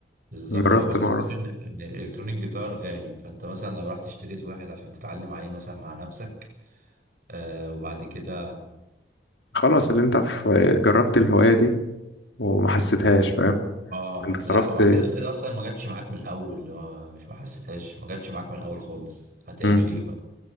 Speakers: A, on the right; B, on the left.
A: بالظبط
B: جربت
A: هو بس
B: مرة
A: الفكرة إن إن الإلكترونيك جيتار غالي فأنت مثلا لو رحت اشتريت واحد عشان تتعلم عليه مثلا مع نفسك آه وبعد كده
B: خلاص اللي انت في جربت الهواية دي وما حسيتهاش فاهم
A: آه
B: انت صرفت
A: لا وبعد كده افرض أصلا ما جاتش معاك من الأول اللي هو مش ما حسيتهاش ما جاتش معاك من الأول خالص هتعمل
B: مم.
A: إيه بقى